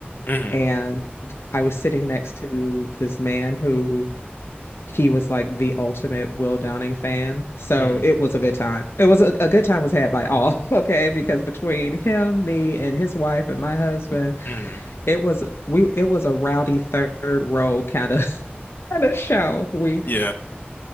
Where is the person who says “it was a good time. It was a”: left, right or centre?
Left